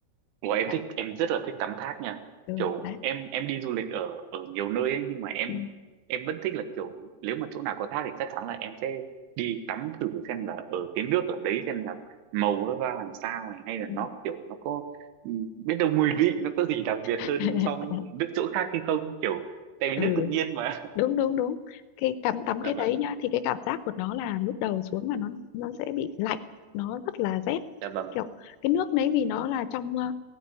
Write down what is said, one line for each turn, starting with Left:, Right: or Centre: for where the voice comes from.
Right: Ủa, em
Left: Đã.
Right: thích em rất là thích tắm thác nha
Left: Ừ.
Right: kiểu
Left: đấy
Right: em em đi du lịch ở ở nhiều nơi ấy, nhưng mà em
Left: ừ.
Right: em vẫn thích là kiểu nếu mà chỗ nào có thác thì chắc chắn là em sẽ đi tắm thử xem là ở cái nước ở đấy xem là màu nó ra làm sao này hay là
Left: Ừ.
Right: nó kiểu nó có ừ, biết đâu mùi vị nó có gì đặc biệt
Left: <laughs>
Right: hơn so với những nước chỗ khác hay không kiểu tại vì
Left: ừ
Right: nước tự nhiên mà
Left: đúng đúng đúng cái tắm
Right: <laughs>
Left: tắm
Right: dạ
Left: cái
Right: vâng
Left: đấy nhá thì cái cảm giác của nó là lúc đầu xuống là nó nó sẽ bị lạnh nó rất là rét
Right: dạ vâng
Left: kiểu cái nước đấy vì nó là trong ờ,